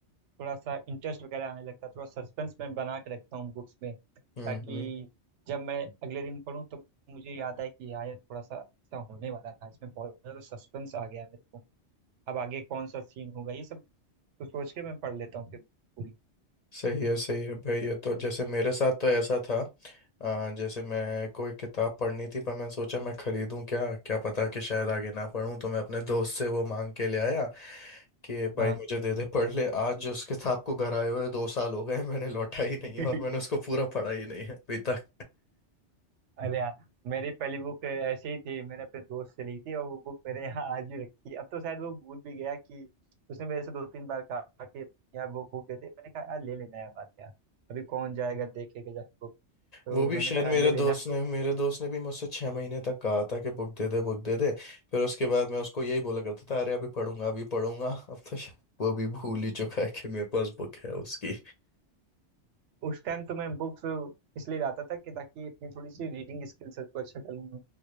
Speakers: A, on the right (about 80°); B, on the left (about 45°).
A: थोड़ा सा इंटरेस्ट वगैरह आने लगता है थोड़ा सस्पेंस मैं बना के रखता हूँ बुक्स में
B: हम्म
A: ताकि
B: हम्म
A: जब मैं अगले दिन पढूं तो मुझे याद आए कि यार ये थोड़ा सा ऐसा होने वाला था इसमें बहुत ज्यादा सस्पेंस आ गया है मेरे को अब आगे कौन सा सीन होगा ये सब तो सोच के मैं पढ़ लेता हूँ फिर पूरी
B: सही है सही है भाई ये तो जैसे मेरे साथ तो ऐसा था आ, जैसे मैं कोई किताब पढ़नी थी पर मैं सोचा मैं खरीदूं क्या क्या पता कि शायद आगे ना पढूं तो मैं अपने दोस्त से वो मांग के ले आया कि भाई
A: हाँ
B: मुझे दे दे पढ़ ले आज जो उसके साथ को घर आए हुए दो साल हो गए मैंने लौटा ही नहीं है
A: <laughs>
B: और मैंने उसको पूरा पढ़ा ही नहीं है अभी तक
A: अरे यार मेरी पहली बुक ऐसे ही थी मैंने अपने दोस्त से ली थी और वो बुक मेरे यहाँ आज भी रखी है अब तो शायद वो भूल भी गया कि उसने मेरे से दो तीन बार कहा कि यार वो बुक दे दे मैंने कहा यार ले लेना यार बात यार अभी कौन जाएगा देखेगा जाके बुक तो
B: वो भी
A: मैंने
B: शायद
A: कहा
B: मेरे
A: ले
B: दोस्त
A: लेना तो
B: ने मेरे दोस्त ने भी मुझसे छह महीने तक कहा था कि बुक दे दे बुक दे दे फिर उसके बाद मैं उसको यही बोला करता था अरे अभी पढ़ूंगा अभी पढ़ूंगा <laughs> अब तो शायद वो भी भूल ही चुका है कि मेरे पास बुक है उसकी
A: उस टाइम तो मैं बुक्स इसलिए लाता था कि ताकि अपनी थोड़ी सी रीडिंग स्किल सबको अच्छा कर लूँ